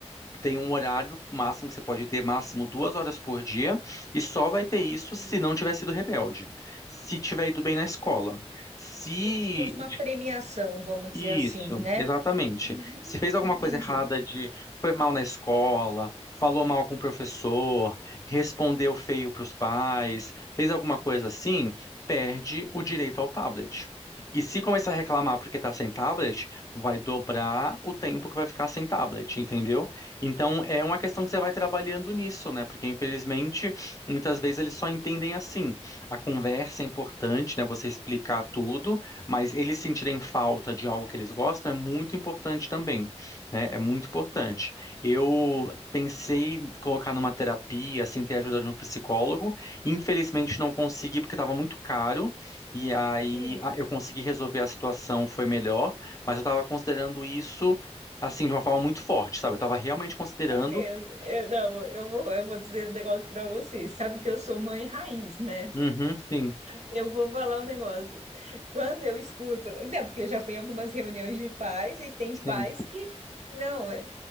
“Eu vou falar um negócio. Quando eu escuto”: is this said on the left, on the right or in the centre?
Right